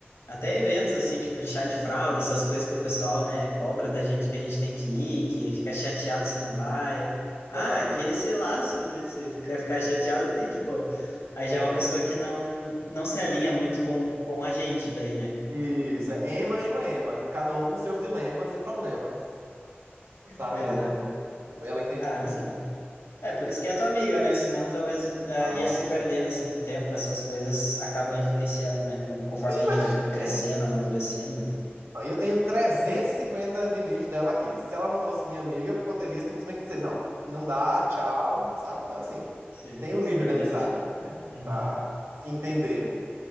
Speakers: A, on the left; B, on the right.
A: até eventos assim, tipo chá de fralda, essas coisas que o pessoal, né, cobra da gente que a gente tem que ir, que fica chateado se não vai. Ah,
B: Não,
A: que
B: não.
A: se lasque, né? Se quer ficar chateado, tem que, pô. Aí já
B: É,
A: é uma pessoa que não, não se alinha
B: é.
A: muito com, com a gente daí, né?
B: Isso,
A: <laughs>
B: é Ema, Ema, Ema. Cada um com seus dilemas e problemas. Sabe?
A: Pois
B: Ela,
A: é.
B: ela entende
A: Ah,
B: muito
A: mas que
B: bem.
A: bom. É, por isso que é tua amiga, né? Senão talvez ah,
B: Ah.
A: ia se perdendo assim com o tempo, essas coisas acabam influenciando, né? Quando- Conforme
B: E
A: a
B: imagina,
A: gente vai crescendo, amadurecendo. né.
B: eu tenho 350 vinis dela aqui. Se ela não fosse minha amiga, eu poderia simplesmente dizer, não, não dá, tchau, sabe? Então, assim,
A: Sim,
B: tem um nível
A: verdade.
B: de amizade aí, né?
A: Uhum.
B: Pra se entenderem.